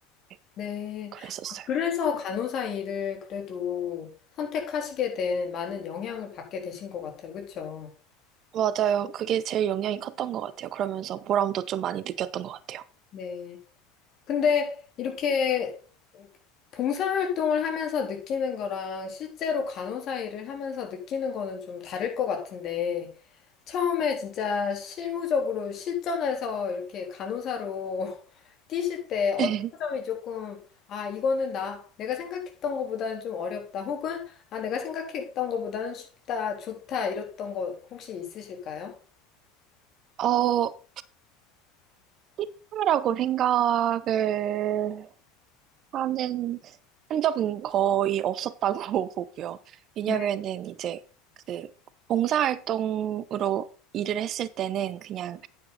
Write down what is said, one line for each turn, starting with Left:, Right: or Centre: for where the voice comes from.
Right: 네,
Left: 네.
Right: 그랬었어요.
Left: 아, 그래서 간호사 일을 그래도 선택하시게 된 많은 영향을 받게 되신 것 같아요. 그렇죠?
Right: 맞아요. 그게 제일 영향이 컸던 것 같아요. 그러면서 보람도 좀 많이 느꼈던 것 같아요.
Left: 네. 근데 이렇게 봉사활동을 하면서 느끼는 거랑 실제로 간호사 일을 하면서 느끼는 거는 좀 다를 것 같은데, 처음에 진짜 실무적으로 실전에서 이렇게 간호사로 <laughs> 뛰실 때 어떤
Right: <laughs>
Left: 점이 조금, 아, 이거는 나, 내가 생각했던 것보다는 좀 어렵다, 혹은, 아, 내가 생각했던 것보다는 쉽다, 좋다, 이랬던 거 혹시 있으실까요?
Right: 어, 희귀라고 생각을 하는 한 적은 거의 없었다고 <laughs> 보고요. 왜냐면은
Left: 네,
Right: 이제 그 봉사활동으로 일을 했을 때는 그냥